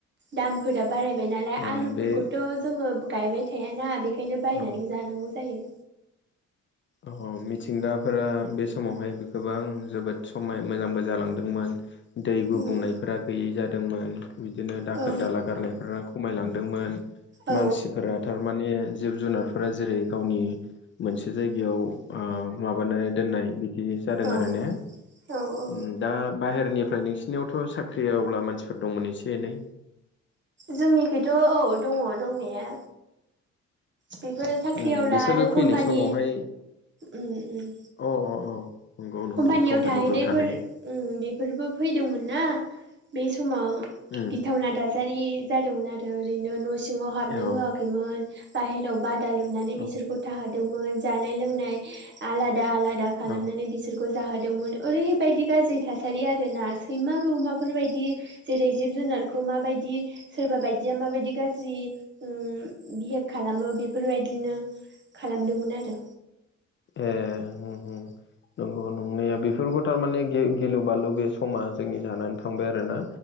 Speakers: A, on the right; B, on the left.
A: दामफोरा बारायबाय नालाय
B: ए
A: आलुफोरखौथ'
B: बे
A: जोङो गायबाय थायाना बेखायनो बायनानै
B: औ
A: जानांगौ जायो।
B: अ मिथिंगाफोरा बे समावहाय गोबां जोबोद समाय मोजांबो जालांदोंमोन। दै गुबुंनायफोरा
A: उम
B: गैयै जादोंमोन बिदिनो दाखोर
A: औ
B: दाला गारनायफोरा खमायलांदोंमोन।
A: औ
B: मानसिफोरा थारमाने जिब जुनारफोरा जेरै गावनि मोनसे याव ओ माबानानै दोननाय बिदि जादों
A: औ
B: आरो ने?
A: औ औ
B: उम दा बाहेरनिफ्राय नोंसिनियावथ' साख्रि आब्ला मानसिफोर दंमोन एसे एनै?
A: जोंनिखैथ' औ दङ दंनाया। बेफोर साख्रिआव
B: उम
A: ला
B: बिसोरो
A: आरो कम्पानि
B: फैनाय समावहाय
A: उम उम
B: अ अ अ नंगौ नंनाया
A: कम्पानियाव
B: कम्पानिफ्राव
A: थाहैनायफोर
B: थानाय
A: उम बेफोरबो फैदोंमोन ना बे स समाव
B: उम
A: गिथावना थासारि जादोंमोन आरो ओरैनो न' सिङाव हाबनो
B: औ
A: होआखैमोन। बाहेराव बादा लुनानै
B: औ
A: बिसोरखौ थाहोदोंमोन जानाय लोंनाय आला दा आलादा खालामनानै
B: औ
A: बिसोरखौ खौ जादोंमोन ओरैबायदि गाज्रि थासारि आरो ना सैमा बे अमाफोरबायदि जेरै जिब जु जुनारखौ माबायदि सोरबा बायदिया माबायदि गाज्रि उम बिहेभ खालामो बेफोर बेबायदिनो खालामदोंमोन आरो।
B: ए होम होम नंगौ नंनाया बेफोरखौ थारमाने गि-गिलु बालु बे समा जोंनि जानानै थांबाय आरो ना।